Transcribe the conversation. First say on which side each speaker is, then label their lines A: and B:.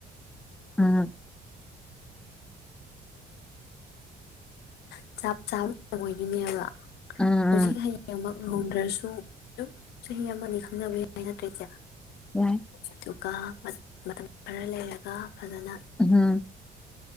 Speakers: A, in the centre; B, on the left (about 75°).
A: ꯎꯝ
B: <inaudible> <inaudible> ꯆꯞ ꯆꯥꯕ ꯑꯣꯏꯗꯣꯏꯅꯦꯕ
A: ꯎꯝ ꯎꯝ
B: ꯍꯧꯖꯤꯛ ꯍꯌꯦꯡ ꯃꯛ ꯂꯨꯍꯣꯡꯗ꯭ꯔꯁꯨ ꯑꯗꯨꯝ ꯆꯍꯤ ꯑꯃꯅꯤ ꯈꯪꯅꯕ ꯌꯥꯏ ꯅꯠꯇ꯭ꯔ ꯏꯆꯦ
A: ꯎꯝ
B: ꯑꯗꯨꯒ ꯃꯇꯝ ꯈꯔ ꯂꯩꯔꯒ ꯐꯖꯅ
A: ꯎꯝ